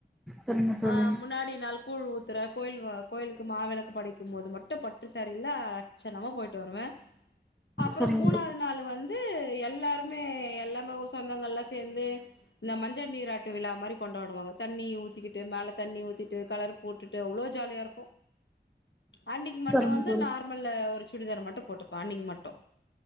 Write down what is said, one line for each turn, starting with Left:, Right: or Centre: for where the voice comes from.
Centre: சரிங்க தோழி
Left: ஆஹ் முன்னாடி நாளு கூழ் ஊத்துற கோயில் வா கோயிலுக்கு மாவெளக்கு படைக்கும் போது மட்டு பட்டு சேரீல ச்சனமா போய்ட்டு வருவே அப்புறோ
Centre: சரிங்க
Left: மூணாவது
Centre: தோழி
Left: நாள் வந் ந்து எல்லாருமே எல்லாம் லா ஊ சொந்தங்கள்லா சேந்து இந்த மஞ்ச நீராட்டு விழா மாரி கொண்டாடுவாங்க தண்ணி ஊத்திகிட்டு மேலத் தண்ணி ஊத்திட்டு கலர் போட்டுட்டு அவ்ளோ ஜாலியாருக்கு அன்னிக்கு மட்டு
Centre: சரிங்க
Left: வந்து
Centre: தோழி
Left: நார்மல்லு ஒரு சுடிதார் மட்டு போட்டுப்பே அன்னிக்கு மட்டு